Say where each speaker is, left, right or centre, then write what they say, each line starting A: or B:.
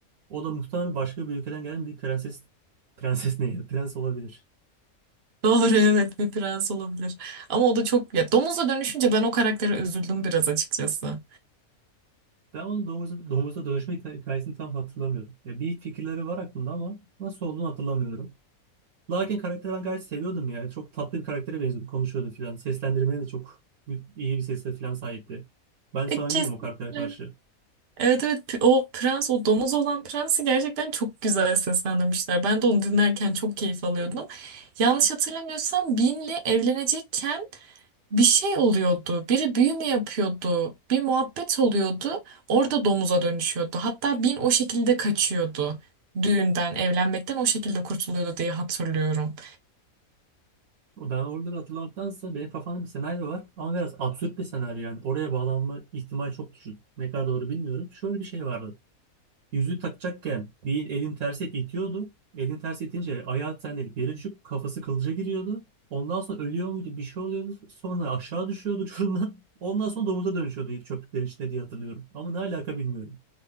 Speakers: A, on the right; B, on the right.
A: o da muhtemelen başka bir ülkeden gelen bir prenses prenses ne ya? Prens olabilir.
B: Doğru <laughs> evet bir prens olabilir. Ama o da çok ya domuza dönüşünce ben o karaktere üzüldüm biraz açıkçası.
A: Ben onun domuza, domuza dönüşme hikay- hikayesini tam hatırlamıyorum. Ya bir fikirleri var aklımda ama nasıl olduğunu hatırlamıyorum. Larkin karakteri ben gayet seviyordum yani. Çok tatlı bir karaktere benziyordu. Konuşuyordu filan. Seslendirmeye de çok iyi bir sesle filan sahipti. Ben samimiydim
B: E, kesinlikle.
A: o karaktere karşı.
B: Evet evet P- o prens o domuz olan prensi gerçekten çok güzel seslendirmişler. Ben de onu dinlerken çok keyif alıyordum. Yanlış hatırlamıyorsam Bean'le evlenecekken bir şey oluyordu. Biri büyü mü yapıyordu? Bir muhabbet oluyordu. Orada domuza dönüşüyordu. Hatta Bin o şekilde kaçıyordu. Düğünden, evlenmekten o şekilde kurtuluyordu diye hatırlıyorum.
A: O Ben oraları hatırlamaktansa benim kafamda bir senaryo var ama biraz absürt bir senaryo yani. Oraya bağlanma ihtimali çok düşük. Ne kadar doğru bilmiyorum. Şöyle bir şey vardı. Yüzüğü takacakken bir elin tersi itiyordu. Elin tersi itince ayağı sendelik yere düşüp kafası kılıca giriyordu. Ondan sonra ölüyor muydu bir şey oluyordu. Sonra aşağı düşüyordu <laughs> uçurumdan. Ondan sonra domuza dönüşüyordu çöplüklerin içinde diye hatırlıyorum. Ama ne alaka bilmiyorum.